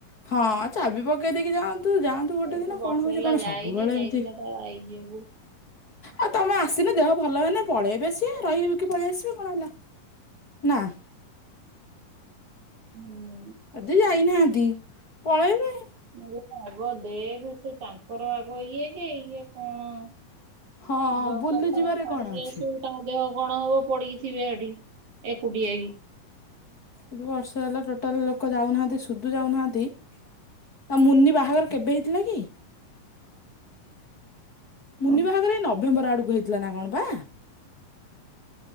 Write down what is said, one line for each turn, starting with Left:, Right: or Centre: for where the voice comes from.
Left: ହଁ ଚାବି ପକେଇ ଦେଇକି ଯାଆନ୍ତୁ ଯାଆ ତୁ ଗୋଟେ
Right: ତାର
Left: ଦିନ
Right: ସେ ବର୍ଷେ
Left: କଣ ହଉଛି
Right: ହେଲା
Left: କଣ
Right: ଯାଇନି
Left: ସବୁବେଳେ
Right: ଯାଇଥିଲା
Left: ଏବିତି
Right: ତା ଆଇ ଝିଅକୁ
Left: ଆଉ ତମେ ଆସିନେ ଦେହ ଭଲ ହେନେ ପଳେଇବେ ସିଏ ରହିବ କି ପଳେଇ ଆସିବେ କଣ ହେଲା। ନା।
Right: ହୁଁ
Left: ଏଦି ଯାଇନାହାନ୍ତି ପଳେଇବେ।
Right: ମୁ <unintelligible> ଆଗ ଦେଖେସେ ତାଙ୍କର ଆଗ ଇଏ ଯେ ଇଏ କଣ।
Left: ହଁ
Right: ଦରକାର
Left: ବୁଲି
Right: ତାଙ୍କୁ
Left: ଯିବାରେ
Right: ଛାଡିକି
Left: କଣ ଅଛି
Right: ଆସିବୁ ତାଙ୍କ ଦେହ କଣ ହବ ପଡିକି ଥିବେ ହେଠି। ଏକୁଟିଆଇ।
Left: ଏ ଠୁ ବର୍ଷ ହେଲା ଟୋଟାଲ ଲୋକ ଯାଉନାହାନ୍ତି ସୁଦୁ ଯାଉନାହାନ୍ତି। ତା ମୁନି ବାହାଘର କେବେ ହେଇଥିଲା କି? ମୁନି
Right: ହୁଁ
Left: ବାହାଘର ଏଇ ନଭେମ୍ବର ଆଡକୁ ହେଇଥିଲା ନା କଣ ପା